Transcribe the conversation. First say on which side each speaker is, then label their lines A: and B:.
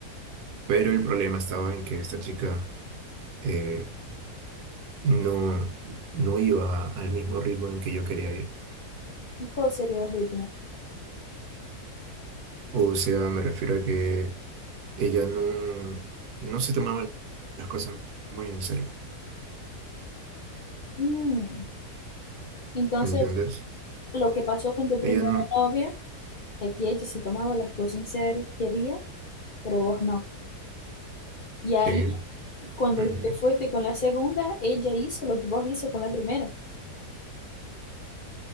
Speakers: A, on the right; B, on the left.
A: pero el problema estaba en que esta chica eh, no, no iba al mismo ritmo en que yo quería ir.
B: ¿Y ¿Cuál sería el ritmo?
A: O sea, me refiero a que ella no, no se tomaba las cosas muy en serio,
B: Mm. Entonces,
A: ¿me entiendes?
B: lo que pasó con tu primera
A: Ella no...
B: novia, aquí ella se tomaba las cosas en serio, quería, pero vos no. Y ahí,
A: Sí,
B: cuando
A: ujú.
B: te fuiste con la segunda, ella hizo lo que vos hizo con la primera.